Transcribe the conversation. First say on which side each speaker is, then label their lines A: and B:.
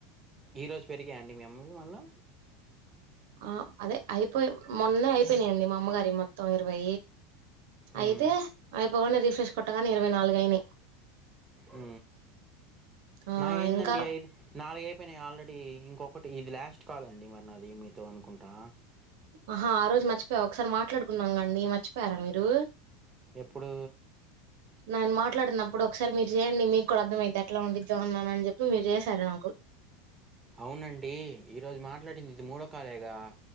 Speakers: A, on the right; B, on the right.
A: ఈరోజు పెరిగాయా అండి మీ అమ్మ వీ మళ్ళా
B: ఆ అదే అయిపోయి మొన్న అయిపోయినాయండి మా అమ్మగారి మొత్తం ఇరవై
A: మ్,
B: అయితే అయిపోగానే రిఫ్రెష్ కొట్టగానే ఇరవై నాలుగు అయినాయి
A: ఉ
B: ఆ
A: నాయ్ ఏందండి
B: ఇంకా
A: ఐదు నాలుగు అయిపోయినాయి ఆల్రెడీ ఇంకొకటి ఇది లాస్ట్ కాల్ అండి మరి నాది మీతో అనుకుంటా
B: ఆహా ఆ రోజు మర్చిపోయా ఒకసారి మాట్లాడుకున్నాం కాండి మర్చిపోయారా మీరు
A: ఎప్పుడు
B: నేను మాట్లాడినప్పుడు ఒకసారి మీరు చేయండి మీకు కూడా అర్థం అయితే ఎట్లా వండిద్దా అన్నాననీ చెప్పి మీరు చేశారు నాకు
A: అవునండి ఈరోజు మాట్లాడింది ఇది మూడోకాలేగా